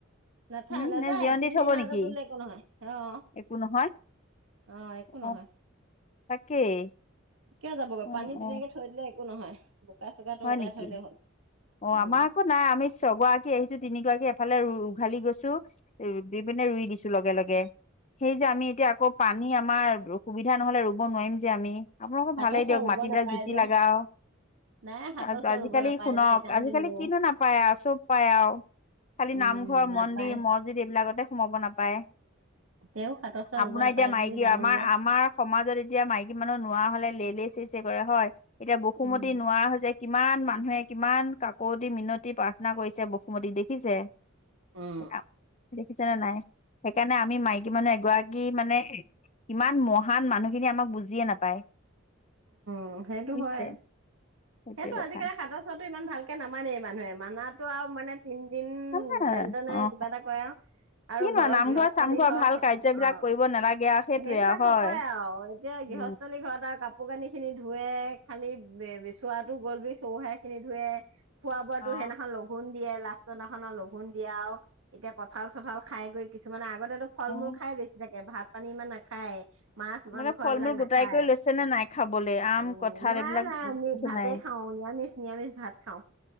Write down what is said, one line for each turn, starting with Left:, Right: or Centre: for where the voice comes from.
Right: নেথায়
Left: উম
Right: নেযায়
Left: নে জিৰণি
Right: তিনদিনৰ
Left: দি থব নেকি
Right: আগত তুলিলে একো নহয়, অ'।
Left: একো নহয়
Right: অঁ একো
Left: অ
Right: নহয়।
Left: তাকেই।
Right: কিয় যাবগৈ
Left: অ
Right: পানীত ধুনীয়াকে
Left: অ
Right: থৈ দিলে একো নহয়। বোকা চোকাটো
Left: হয়
Right: অতৰাই
Left: নেকি
Right: থৈ দিলেই হ'ল,
Left: অ
Right: উম'।
Left: আমাৰ আকৌ নাই আমি ছগৰাকী আহিছো তিনিগৰাকী এফালে উ' উঘালি গৈছোঁ। ৰুপি পিনে ৰুই দিছোঁ লগে লগে। সেই যে আমি এতিয়া আকৌ পানী আমাৰ সুবিধা নহ'লে ৰুব নোৱাৰিম যে আমি। আপোনালোকৰ
Right: হাতৰ
Left: ভালেই
Right: চোৱা
Left: দিয়ক
Right: ৰুব
Left: মাটিবিলাক
Right: নাপায়
Left: যুটি
Right: যে
Left: লাগা আও।
Right: নাই হাতৰ
Left: আজি
Right: চোৱা
Left: আজিকালি
Right: ৰুব নাপায়
Left: শুনক,
Right: যে সেইকাৰণে
Left: আজিকালি
Right: আমি নুৰো
Left: কিনো নাপায় আও চব পায় আও। খালি
Right: উম,
Left: নামঘৰ,
Right: নাপায়
Left: মন্দিৰ, মছজিদ এইবিলাকতে সোমাব নাপায়।
Right: তেওঁ হাতৰ চোৱা
Left: আপোনাৰ
Right: ৰুব নাপায়
Left: এতিয়া মাইকী
Right: বুলি জানো
Left: আমাৰ
Right: যে
Left: আমাৰ সমাজত এতিয়া মাইকী মানুহৰ নোৱাৰা হ'লে লেই লেই চেই চেই কৰে হয়। এতিয়া বসুমতি
Right: উম,
Left: যে কিমান মানুহে কিমান কাকতি -মিনতি প্ৰাৰ্থনা কৰিছে বসুমতীক দেখিছে।
Right: উম,
Left: সেইয়া দেখিছেনে নাই? সেইকাৰণে আমি মাইকী কী মানুহ এগৰাকী মানে, কিমান মহান মানুহখিনিয়ে আমাক বুজিয়ে নাপায়।
Right: উম সেইটো
Left: বুজিছে
Right: হয়।
Left: সেইটোৱে
Right: সেইটো
Left: কথা
Right: আজিকালি হাতৰ চোৱাতো ইমান ভালকে নামানেই মানুহে। মানাটো আৰু মানে তিনদিন
Left: নামানে
Right: যেন তেনে
Left: অ
Right: কিবা এটা কৰে আও, আৰু
Left: কিনো
Right: ঘৰৰ
Left: নামঘৰ
Right: গৃহস্থালী
Left: চামঘৰ
Right: ঘৰখন
Left: ভাল কাৰ্যবিলাক
Right: অঁ।
Left: কৰিব নালাগে আৰু সেইটোৱে
Right: সেইবিলাক
Left: আৰু হয়
Right: নকয় আও এতিয়া
Left: উম
Right: গৃহস্থ। খালি ঘৰত আও কাপোৰ কানি খিনি ধুৱে, খালি বে বেচোৱাটো গ'ল বুলি চৰু হাৰি খিনি ধুৱে, খোৱা বোৱাতো
Left: অ
Right: সেইদিনাখন লঘোণ দিয়ে। লাষ্টৰ নাখন লঘোণ দিয়ে আও এতিয়া ক। কঁঠাল চঠাল খাই গৈ কিছুমানে আগতেতো ফল-
Left: অ
Right: মূল খাই বেছি থাকে। ভাত পানী ইমান নাখায়। মাছ
Left: আপোনালোকে
Right: মাংস
Left: ফল
Right: এইবিলাক
Left: মূল
Right: নাখায়।
Left: গোটাই কৰি লৈছে নে নাই খাবলে আম
Right: উম'
Left: কঁঠাল
Right: নাই
Left: এইবিলাক
Right: নাই
Left: লৈছে
Right: আমি ভাতে
Left: নাই
Right: খাওঁ নিৰামিষ। নিৰামিষ ভাত খাওঁ।